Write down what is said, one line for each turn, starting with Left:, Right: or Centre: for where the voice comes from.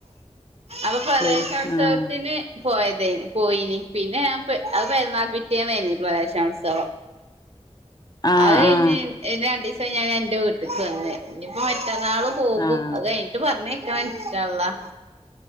Right: അപ്പം പ്രവേശനോത്സവത്തിന്
Left: പ്ലേസ് ആഹ്
Right: പോയതേയിനി പോയിനി പിന്നെ ഞാ അത് പെരുന്നാൾ പിറ്റേന്നെയ്നി പ്രവേശനോത്സവം
Left: ആഹ്
Right: അത്കയിഞ്ഞ്
Left: ആഹ്
Right: പിന്നെ രണ്ടീസം കഴിഞ്ഞാരെ ഞാൻ ഇന്റെ വീട്ട്ക്ക് വന്നെ ഇനിയിപ്പം മറ്റന്നാള് പോകും
Left: ആഹ്
Right: അത് കഴിഞ്ഞിട്ട് പറഞ്ഞയക്കണം ഇൻഷാ അള്ളാ